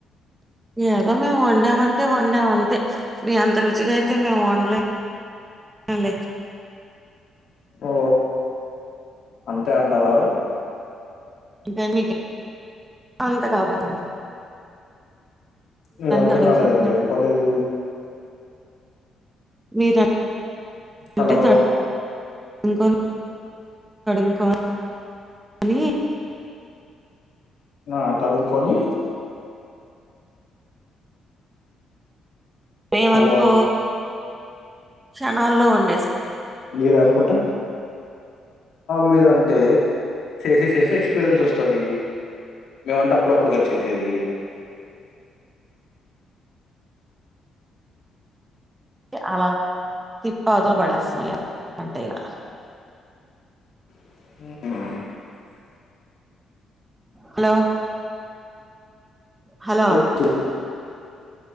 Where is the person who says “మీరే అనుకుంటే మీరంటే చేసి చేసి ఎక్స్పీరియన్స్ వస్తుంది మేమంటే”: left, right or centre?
Left